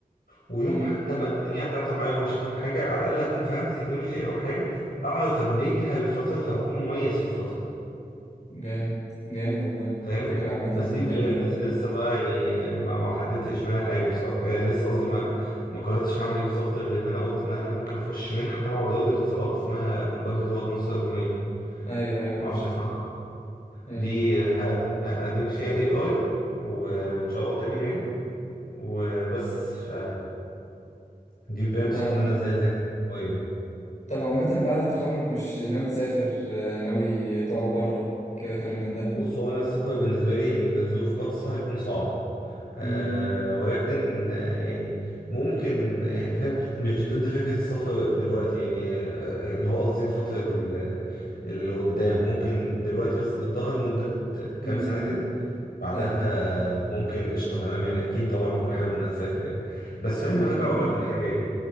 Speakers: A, on the left; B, on the left.
A: ويوم
B: امم
A: حتى ما الدنيا هتعطل معايا ومش هفهم حاجه على الاقل هكون فهمت تكنولوجي او حاجه اعرف ادمجها بالفلاتر فهكون مميز في فلاتر
B: جامد جامد والله
A: فاهم
B: فكره عامه
A: بس دي البلان
B: جامده أوي.
A: بس لسه بقى يعني ما ما حددتش منها حاجه بصراحه يعني لسه قصدي ما ما قررتش هعمل ايه بالظبط غير ان انا قلت ان انا ممكن اخش منحه تبع وزاره الاتصالات اسمها مبادره رواد مصر الرقميه
B: ايوه ايوه عارف
A: ما اعرفش تسمع عنها.
B: ايوه
A: دي هقدم قدمت فيها اي اي و... وان شاء الله اتقبل يعني وبس ف دي البداية بصح
B: فاهمك
A: ان انا ازاي اذاكر قوية
B: طب عامه بعد التخرج مش ناوي تسافر آه، ناوي تقعد بره كده كلام من ده
A: بص هو انا السفر بالنسبة لي يعني لظروف خاصة هيكون صعب أه
B: امم
A: ولكن آه، يعني ممكن يعني فاهم مش ضد فكرة السفر دلوقتي يعني آه، اللي هو قصدي الفترة ال- اللي قدام ممكن دلوقتي بس ضدها لمدة كام
B: امم
A: سنة كده بعدها
B: ايوه
A: ممكن قشطة تمام يعني أكيد طبعا هكون حابب إن أنا أسافر يعني بس فاهم
B: فاهمك
A: هرجع أقول
B: ايوه
A: لك على حاجة يعني